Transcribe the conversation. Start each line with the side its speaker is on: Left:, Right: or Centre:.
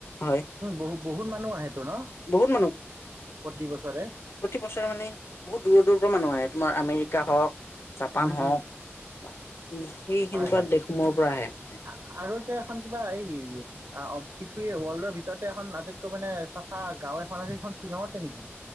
Left: হয়
Right: বহু বহুত মানুহ আহেতো ন
Left: বহুত
Right: প্ৰতি বছৰে
Left: অ মানে বহুত <unintelligible> দূৰ দূৰ মানু আহ তোমাৰ আমৰিকাওক জাপান
Right: উম,
Left: হওক
Right: উম,
Left: বা <inaudible> কি সেই
Right: হয়,
Left: সেনেকুৱা
Right: হয়।
Left: দেশৰ পৰা আহে মানে
Right: আ- আৰু যে এখন কিবা এই অ পৃথিৱ ৱৰ্ল্ডৰ ভিতৰতে এখন আটাইতকৈ মানে চাফা গাঁও এখন আছে সেইখন শ্বিলঙতে নেকি